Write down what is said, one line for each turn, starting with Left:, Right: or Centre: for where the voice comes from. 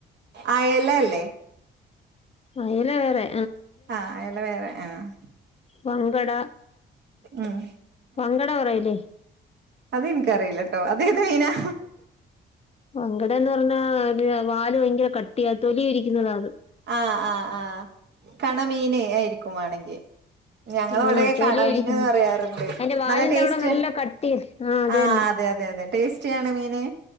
Right: അയല അല്ലേ?
Left: അയില്ല വേറെ.
Right: ആഹ് അയല വേറെ ആഹ്
Left: മങ്കട
Right: ഉം
Left: മങ്കട വേറയില്ലേ.
Right: അതെനിക്കറിയില്ല ട്ടോ അതേത് മീനാ.
Left: മങ്കട എന്ന് പറഞ്ഞാ വാല് ഭയങ്കര കട്ടിയാ തൊലി ഉരിക്കുന്നതാ അത്.
Right: ആഹ് ആഹ് ആഹ് കണമീന് ആയിരിക്കുവാണെങ്കിൽ. ഞങ്ങളവിടെ
Left: ആഹ് തൊലി
Right: കണമീൻന്ന്
Left: ഉരിക്കുന്നു
Right: പറയാറുണ്ട്.
Left: അതിന്റെ വാലിന്റെ
Right: നല്ല ടേസ്റ്റ്
Left: അവിടെ നല്ല കട്ടി ആ അത്
Right: ആഹ്
Left: തന്നെ
Right: അതെ അതെ അതെ അതെ ടേസ്റ്റിയാണ് മീന്.